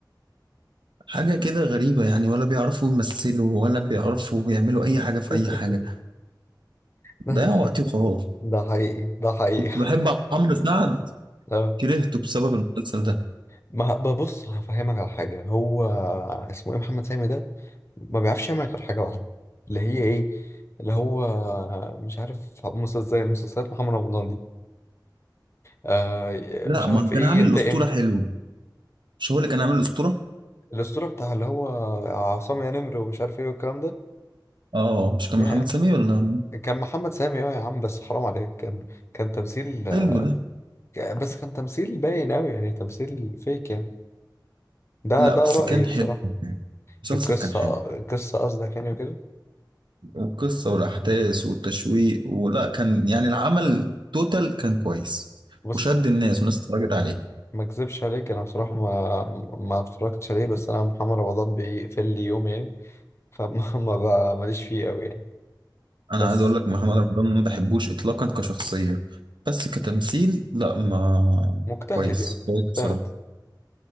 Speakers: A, on the right (about 85°); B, on the left (about 35°).
A: حاجة كده غريبة يعني ولا بيعرفوا يمثلوا ولا بيعرفوا بيعملوا أي حاجة في
B: <laughs>
A: أي حاجة
B: ده
A: ضيع وقتي وخلاص
B: ده حقيقي ده حقيقي
A: كنت بحب عمرو سعد
B: <laughs> اه
A: كرهته بسبب المسلسل ده
B: ما ببص هفهمك على حاجة هو اسمه ايه محمد سامي ده ما بيعرفش يعمل غير حاجة واحدة اللي هي ايه اللي هو مش عارف مسلسل زي مسلسلات محمد رمضان دي آه
A: لا
B: مش عارف
A: ما
B: ايه
A: كان عامل
B: ينتقم
A: الأسطورة حلو مش هو اللي كان عامل الأسطورة
B: الاسطوره بتاع اللي هو عصام يا نمر ومش عارف ايه والكلام ده
A: اه مش كان
B: يعني
A: محمد سامي ولا
B: كان محمد سامي اه يا عم بس حرام عليك كان كان تمثيل
A: حلو ده
B: آه، بس كان تمثيل باين اوي يعني تمثيل فيك يعني ده
A: لا
B: ده رأيي
A: بس كان
B: بصراحه
A: حلو المسلسل
B: القصه
A: كان حلو
B: القصه قصدك يعني وكده
A: والقصة والأحداث والتشويق ولا كان يعني العمل توتال كان كويس
B: بص
A: وشد الناس والناس اتفرجت عليه
B: ما اكذبش عليك انا بصراحه ما ما اتفرجتش عليه بس انا محمد رمضان بيقفل لي يوم يعني فما <laughs> ما ب- ماليش فيه قوي يعني
A: أنا
B: بس
A: عايز أقول لك محمد رمضان ما بحبوش إطلاقا كشخصية بس كتمثيل لا ما
B: مجتهد
A: كويس
B: يعني
A: كويس
B: مجتهد
A: بصراحة